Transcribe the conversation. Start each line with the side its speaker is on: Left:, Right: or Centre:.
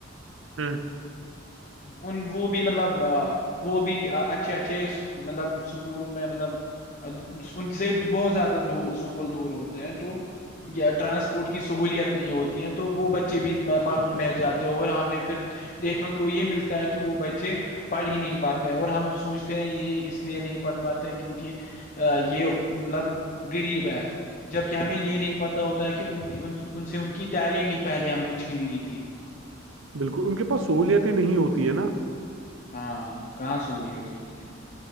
Right: ہوں <unintelligible>
Left: ان وہ بھی مطلب وہ بھی اچھے اچھے مطلب سکولوں میں مطلب ان سے بہت زیادہ د سکول دور ہوتے ہیں تو یا ٹرانسپورٹ کی سہولیت نہیں ہوتی ہیں تو وہ بچے بھی مرحوم رہ جاتے ہیں اور ہمیں پھر دیکھنے کو یہ ملتا ہے کہ وہ بچے پڑھ ہی نہیں پاتے اور ہم سوچتے ہیں یہ اس لیے نہیں پڑھ پاتے کیونکہ یہ مطلب غریب آئیئے جبکہ ہمیں یہ نہیں پتتا ہوتا ہے کہ ان ان سے ان کی تعلیم ہی پہلے ہم نے چھین لی تھی
Right: بالکل ان کے پاس سہولیتیں نہیں ہوتی ہے نا
Left: ہاں کہاں سےو بولی تو اتی